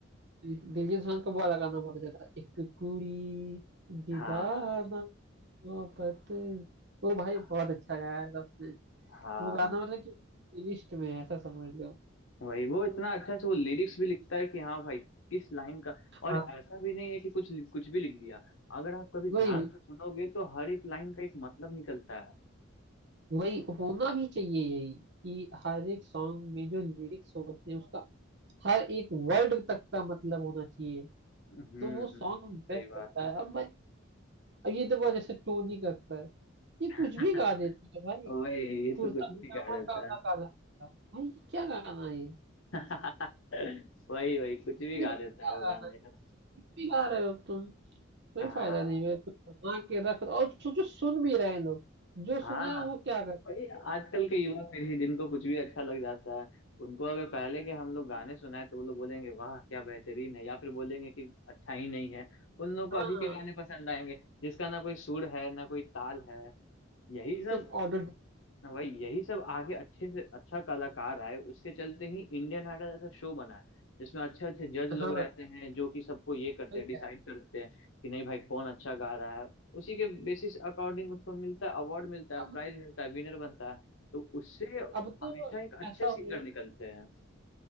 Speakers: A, on the right (about 60°); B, on the left (about 75°).
A: दिलजीत सांझ का वो वाला गाना बहुत अच्छा था एक कुड़ी दीदाना
B: हाँ हाँ
A: मोहब्बत वो भाई
B: हाँ
A: बहुत अच्छा गाया था उसने
B: हाँ
A: वो गाना
B: हाँ,
A: मतलब कि लिस्ट में है ऐसा समझ लो
B: वही वो इतना अच्छा से वो लिरिक्स भी लिखता है कि हाँ भाई किस लाइन का
A: हाँ
B: और ऐसा भी नहीं है कि कुछ कुछ भी लिख दिया अगर आप कभी
A: वही
B: ध्यान
A: वही
B: से सुनोगे तो हर एक लाइन का एक मतलब निकलता है
A: वही होना भी चाहिए यही कि हर एक सॉन्ग में जो लिरिक्स होते हैं उसका हर एक वर्ड तक का मतलब होना चाहिए
B: हम्म
A: तो वो
B: हम्म,
A: सॉन्ग बेस्ट
B: सही बात
A: होता
B: है
A: है अब भाई अब ये देखो जैसे टोनी करता है ये
B: <laughs>
A: कुछ भी गा देता है भाई
B: वही ये
A: कुर्ता
B: तो कुछ
A: पजामा
B: भी गा देता
A: काला
B: है
A: काला काला। भाई ये क्या गाना है ये
B: <laughs> वही वही कुछ भी
A: ये
B: गा
A: मतलब
B: देता है
A: क्या
B: वो
A: गाना
B: गाना यार
A: भी गा रहे हो तुम कोई
B: हाँ
A: फायदा नहीं है तुम बना के रख और सोचो सुन भी रहे हैं लोग जो
B: हाँ
A: सुने वो क्या कर
B: वही आजकल के युवा पीढ़ी जिनको कुछ भी अच्छा लग जाता है उनको अगर पहले के हम लोग गाने सुनाए तो वो लोग बोलेंगे वाह क्या बेहतरीन है या फिर बोलेंगे कि अच्छा ही नहीं है उन लोगों को
A: हाँ
B: अभी के गाने पसंद आएंगे जिसका ना कोई सुर है ना कोई ताल है यही सब
A: सिर्फ ऑडिट
B: वही यही सब आगे अच्छे से अच्छा कलाकार आए उसके चलते ही इंडियन आइडल ऐसा शो बना है जिसमें अच्छे अच्छे जज लोग
A: हाँ
B: रहते हैं जो कि सबको ये करते
A: ठीक
B: हैं डिसाइड
A: है
B: करते हैं कि नहीं भाई कौन अच्छा गा रहा है उसी के बेसिस अकॉर्डिंग उसको मिलता है अवार्ड मिलता है
A: अब
B: प्राइज मिलता है विनर बनता है तो उससे
A: अब तो
B: हमेशा एक अच्छे
A: ऐसा हो
B: सिंगर
A: गया
B: निकलते हैं